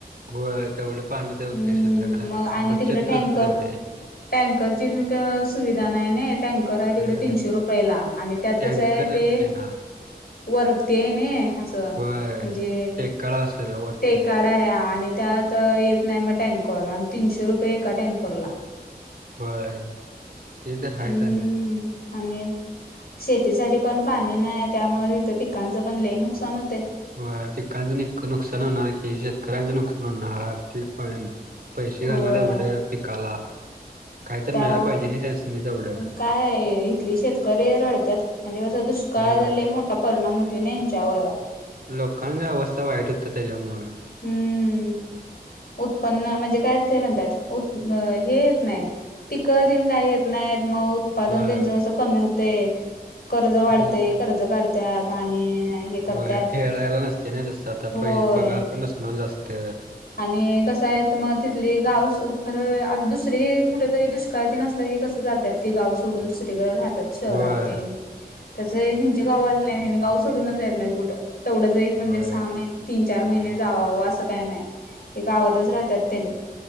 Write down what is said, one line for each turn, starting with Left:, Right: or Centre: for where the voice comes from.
Right: हो तेवढे पाणी ते होते,
Left: हम्म
Right: शिल्लक रात्री
Left: मग आणि
Right: बच्चत
Left: तिकडे टँकर
Right: होते तेवढी.
Left: टँकरची सुविधा नाही नई टँ टँकर हाय तिकडं
Right: नाही
Left: तीनशे रुपयाला, आणि त्यात
Right: टँकरच
Left: कसं आहे ते.
Right: येणार
Left: वरती आहे नि असं
Right: होय
Left: म्हणजे
Right: टेकाळा असेल वरती
Left: तेकाढ. आणि त्यात येत नाही मग टँक, र आणि तीनशे रुपये एका टँकरला.
Right: होय ते तर ह्याच
Left: हम्म
Right: आणि.
Left: आणि शेतीसाठी पण पाणी नाही, त्यामुळे तिथं पिकांचं पण ले नुकसान होते.
Right: होय पिकांच नुकसान होणार कि, शेतकऱ्यांचं नुकसान होणार ते पण. पैसे घालणार
Left: होय
Right: कुठ पिकाला, काहीतर
Left: त्या
Right: मिळाला पाहिजे ना त्यासनी. तेवढं
Left: काय इथली शेतकरी रडत्यात, म्हणजे कसं दुष्काळ
Right: होय
Left: जर लय मोठा. परिणाम होतोय ना, हेनच्या वर.
Right: लोकांना अवस्था वाईट होत, त्याच्यामुळे.
Left: हम्म, उत्पन्न म्हणजे काय? ते म्हणतात हे येत नाही, पिकतन काही येत नाही मग. उत्पादन
Right: होय
Left: त्यांचं कसं कमी होते, कर्ज वाढतय
Right: हम्म
Left: कर्ज काढत्यात आणि हे करत्यात
Right: व्हय फेडायला नसते ना, तस आता
Left: होय.
Right: पगार पण नसणार जास्त.
Left: आणि कसं आहे मग तिथली गाव खरं आता दुसरी कुठेतरी दुष्काळ टेन नसला की कसं जात त्यात ते गाव सोडून, दुसरीकडे राहतात. शहरात
Right: होय
Left: ते तस हिंच्या गावाला नाही ह गाव सोडूनच येत नाहीत कुठं तेवढंच एक. म्हणजे
Right: होय
Left: सहा महिने, तीन-चार महिने जावावा असं काही नाही. गावातच राहतात त्याने.